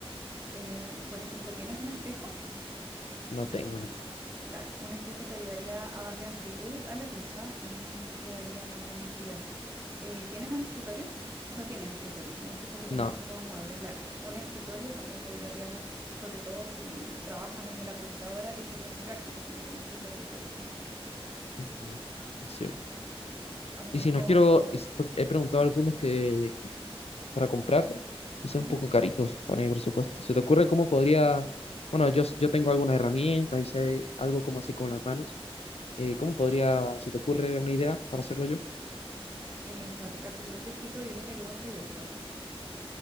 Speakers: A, on the right (about 25°); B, on the left (about 80°).
A: Eh, por ejemplo, ¿tienes un espejo?
B: No tengo, neta.
A: Claro, un espejo te ayudaría a darle amplitud a la pieza y le daría también más vida. Eh, ¿tienes un escritorio? No tienes escritorio. Me dijiste que tenías
B: No.
A: solo dos muebles, claro. Un escritorio también te ayudaría mucho, sobre todo si trabajas desde la computadora, te sería muy práctico tener un escritorio, por ejemplo.
B: Ujú. Es cierto.
A: A lo
B: Y
A: mejor
B: si no quiero, y s- por- he preguntado a algunos que, para comprarlo y son
A: ujú,
B: un poco caritos para mi presupuesto. ¿Se te ocurre cómo podría, bueno, yo, yo tengo algunas herramientas y sé algo cómo hacer con las manos. Eh, ¿cómo podría, se te ocurre una idea para hacerlo yo?
A: eh, fabricar tu propio escritorio, mira qué buen proyecto.